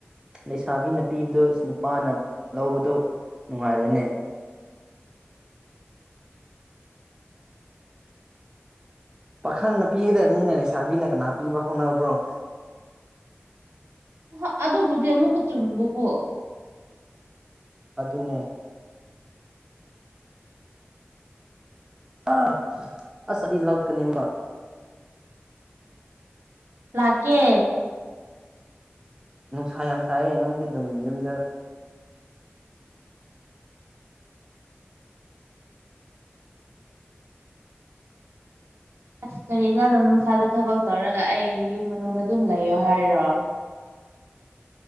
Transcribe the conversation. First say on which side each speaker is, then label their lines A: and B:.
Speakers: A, on the right; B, on the right.
A: ꯂꯩꯁꯥꯕꯤꯅ ꯄꯤꯕꯗꯨ ꯅꯨꯄꯥꯅ ꯂꯧꯕꯗꯨ ꯅꯨꯡꯉꯥꯏꯔꯣꯏꯅꯦ ꯄꯥꯈꯪꯅ ꯄꯤꯒꯗꯕꯅꯤꯅ ꯂꯩꯁꯥꯕꯤꯅ ꯀꯅꯥ ꯄꯤꯕ ꯍꯣꯠꯅꯕ꯭ꯔꯣ
B: ꯍ ꯑꯗꯨꯕꯨꯗꯤ ꯑꯃꯨꯛꯀ ꯆꯨꯝꯕꯀꯣ
A: ꯑꯗꯨꯅꯦ ꯑꯥ ꯑꯁ ꯑꯩꯗꯤ ꯂꯧꯀꯅꯤ ꯑꯃꯨꯀ
B: ꯂꯥꯛꯀꯦ
A: ꯅꯨꯡꯁꯥ ꯌꯥꯝ ꯁꯥꯏꯌꯦ ꯅꯪꯗꯤ ꯑꯗꯨꯝ ꯌꯨꯝꯗ
B: ꯑꯁ ꯀꯔꯤ ꯅꯣ ꯅꯨꯡꯁꯥꯗ ꯊꯕꯛ ꯇꯧꯔꯒ ꯑꯩ ꯌꯨꯝ ꯃꯅꯨꯡꯗ ꯑꯗꯨꯝ ꯂꯩꯌꯣ ꯍꯥꯏꯔꯣ